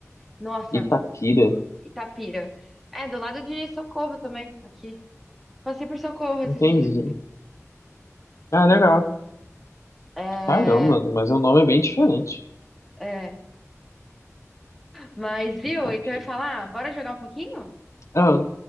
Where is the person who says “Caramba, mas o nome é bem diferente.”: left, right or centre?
Left